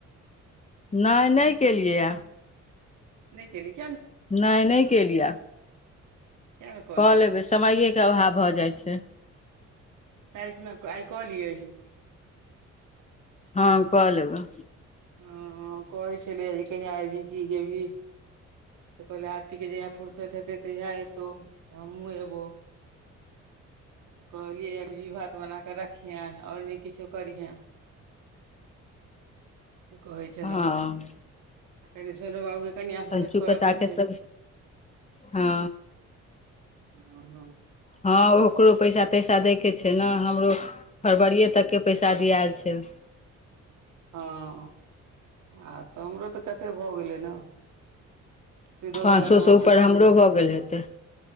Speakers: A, on the left (about 25°); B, on the right (about 80°).
A: नै नए किलियै या
B: नै केलही
A: नै नए केलियैया
B: किया ने कऽ
A: क ऽ
B: लै
A: लेबै
B: छी
A: समयए केँ अभाव भऽ जाइ छै
B: कायल खुना आइ कऽ लिय अही
A: हँ कऽ लेबै
B: हऽ हऽ कहै छलिया जे कहीया ऐबही की गेबही तऽ कहलियै आरती कऽ जहिया फुर्सत हेतै तहिया एतौ हमहुँ एबौ कहलियै एकगजी भात बना कऽ रखिह और नै किछो करिहे <inaudible> <inaudible> से कहै छलौ
A: हँ
B: आ <inaudible> कहै सोनो बाबु कनीया
A: कंचू
B: स भेंट कर‌
A: पत्ताके
B: कऽ छै
A: सब
B: ‌
A: हँ
B: <inaudible> आ न
A: हँ ओकरो पैसा तैसा दैय केँ छै छैन हमरो फरवरीये तक केँ पैसा दियाल छै
B: हँ <inaudible> आ तऽ हमरो तऽ कते भऽ गेलै न शुद्ध
A: पाँच
B: वला
A: सौ
B: देबय
A: सँ
B: कऽ
A: ऊपर हमरो
B: छै <inaudible>
A: भऽ गेल हेतै